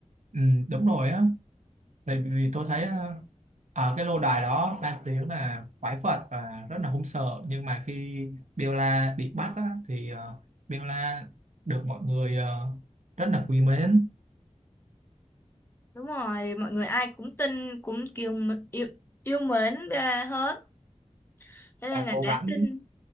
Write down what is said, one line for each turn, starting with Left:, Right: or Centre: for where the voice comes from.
Right: ừm, đúng rồi á tại vì tôi thấy ờ, ở cái lô đài đó đang tiếng là quái vật và rất là hung sợ nhưng mà khi Bella bị bắt á, thì ờ, Bella được mọi người ờ, rất là quý mến
Left: Đúng rồi, mọi người ai cũng tin, cũng kiểu m- yêu, yêu mến Bella hết. Cho nên
Right: và
Left: là
Right: cố
Left: đã
Right: gắng
Left: tin,